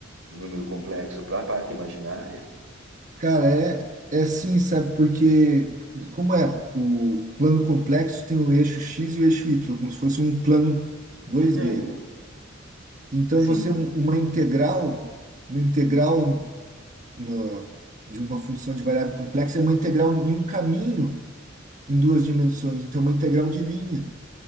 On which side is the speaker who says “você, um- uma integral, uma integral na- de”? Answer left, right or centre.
Right